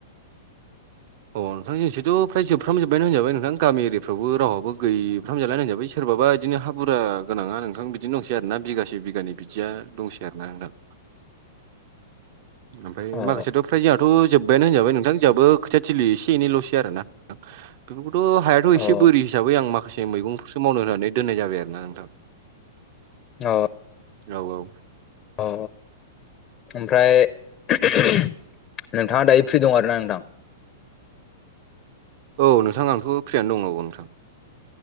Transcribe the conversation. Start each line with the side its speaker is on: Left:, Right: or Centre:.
Right: अ नोंथां जोंनिथिंथ' फ्राय जोबफ्रामजोबबायनो होनजाबाय नोंथां। गामि एरिया फ्रावबो रावाबो गैफ्राम जालानो होनजाबाय सोरबाबा बिदिनो हा बुरजा गोनाङा नोंथां बिदिनो दंसै आरोना बिगासे बिगानै बिदिया दंसै आरोना नोंथां। ओमफाय
Left: अ
Right: माखासेयाथ' फ्राय जोंहाथ' जोब्बायानो होनजाबाय नोंथां। जोंहाबो खोथिया थिलि एसे एनैल'सै आरोना। बेफोरखौथ' हायाथ' एसे
Left: अ
Right: बोरि हिसाबै आं माखासे मैगंफोरसो मावनो होननानै दोननाय जाबाय आरो ना नोंथां।
Left: अ
Right: औ औ।
Left: अ ओमफ्राय नोंथाङा दायो फ्रि दं आरोना नोंथां?
Right: औ नोंथां आथ' फ्रियानो दं औ नोंथां।